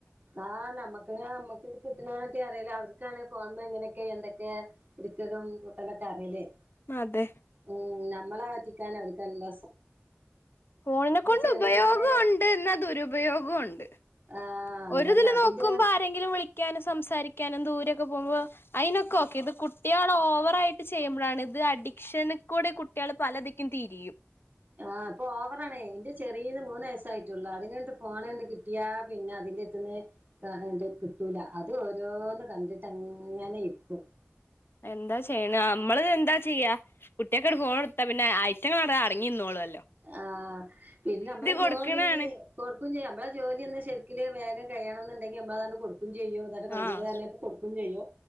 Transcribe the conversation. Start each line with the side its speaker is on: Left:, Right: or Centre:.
Right: ആഹ് നമ്മക്ക് നമ്മക്ക് ഇത് കിട്ടണട്ടി അറിയില്ല അവർ താണ് ഫോൺപേ ഇങ്ങനെയൊക്കെ എന്തൊക്കെ എടുക്കതും കൂട്ടലൊക്കെ അറിയില്ലേ
Left: അതെ
Right: ഉം നമ്മളെ പറ്റിക്കാൻ അടുക്കല്ല
Left: ഫോണിനെ കൊണ്ട്
Right: ചെറിയ
Left: ഉപയോഗം
Right: ഇതിന്
Left: ഉണ്ടന്നാ അ ദുരുപയോഗവും ഉണ്ട്
Right: ആഹ്
Left: ഒരുതില്
Right: അതന്നെ അപ്പിന്റെ
Left: നോക്കുമ്പോ ആരെങ്കിലും വിളിക്കാനും സംസാരിക്കാനും ദൂരൊക്കെ പോകുമ്പോ അതിനൊക്കെ ഓക്കെ ഇത് കുട്ടികൾ ഓവറ ആയിട്ട് ചെയ്യുമ്പോഴാണ് ഇത് അഡിക്ഷന കൂടെ കുട്ടികൾ പലതിക്കും തിരിയും
Right: ആഹ് ഇപ്പൊ ഓവറാണേ ഇന്റെ ചെറീത് മൂന്നയസ്സായിട്ടുള്ളു അതിന്ണ്ട് ഫോണ് ണ്ട് കിട്ടിയാ പിന്നെ അതിന്റര്ത്ത്ന്ന് ആഹ് കിട്ടൂല അത് ഓരോന്ന് കണ്ടിട്ടങ്ങനെ ഇര്ക്കും
Left: എന്താ ചെയ്യണ് നമ്മള് എന്താ ചെയ്യാ കുട്ട്യാക്കാണ്ട് ഫോണൊടുത്താ പിന്നെ ഐറ്റങ്ങളവിടെ അടങ്ങി നിന്നോളൊല്ലോ
Right: ആഹ് പിന്നെ നമ്മളെ ജോലീ
Left: കൊടുക്കണാണ്
Right: കൊടുക്കും ചെയ്യും നമ്മളെ ജോലിയൊന്ന് ശരി ക്ക്ല് വേഗം കയ്യണെന്നുണ്ടെങ്കില് നമ്മളതാണ്ട് കൊടു ക്കും ചെയ്യോ ഇതാട്ടെ കണ്ടുകൂണ്ട്
Left: ആഹ്
Right: തന്നെപ്പോ കൊടുക്കും ചെയ്യും